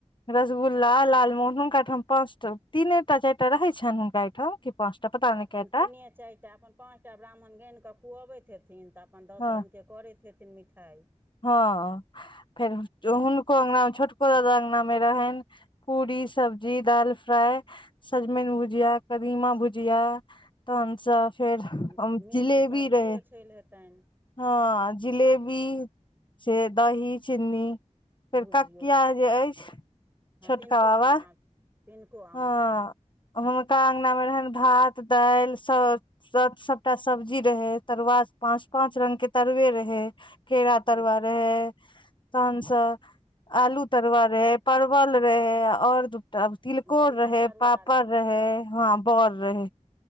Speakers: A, on the left; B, on the right.
A: रसगुल्ला लालमोहन हुनका ठाम पाँच टा तीने टा चारिटा रहैत छनि हुनका एहिहिठाम कि। पाँच टा पता
B: तऽ अपन
A: नहि कएटा
B: तीने चारि टा अपन पाँचटा ब्राह्मण गानि कऽ खुअबैत हेथिन तऽ अपन दस
A: हँ
B: रङ्गके करैत हेथिन कि मिठाइ
A: हँ फेर हन।
B: तऽ
A: को अंगना मे छोटको दादा अंगना मे रहै पूरी सब्जी दाल फ्राइ सजमनि भुजिया कीमा भुजिया तहन फेर
B: मिक्स
A: हम जिलेबी
B: सब्जियो
A: रहे
B: छलि हेतनि
A: ह जिलेबी से दही चिन्नी। फेर
B: भुजियो
A: काकिया
B: तऽ
A: जे अछि
B: हँ
A: छोटका
B: तिनको
A: बाबा
B: अङ्गना तिनको अङ्गनामे
A: ह हुनका अंगनामे रहनि भात दालि सभ सभ सभटा सब्जी रहे तरुआ पाँच पाँच रंग के तरुवए रहे के तरवार
B: भुजि
A: रह है कन स आलू तरुआ रहै परवल रहै आओर दूटा तिलकोर
B: बैगन
A: रहै।
B: तरुआ
A: पापड़ रहै हँ बर रहै